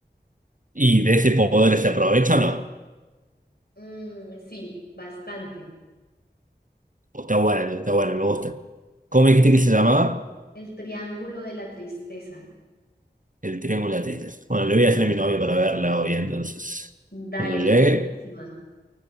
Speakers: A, on the right; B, on the left.
A: ¿Y de ese poder se aprovecha o no?
B: Mm, sí, bastante.
A: O está buena, está buena, me gusta. ¿Cómo me dijiste que se llamaba?
B: El triángulo de la tristeza.
A: El Triángulo de la Tristeza. Bueno, le voy a hacer a mi novia para verla hoy, entonces.
B: Dale,
A: Cuando llegue.
B: es buenísima.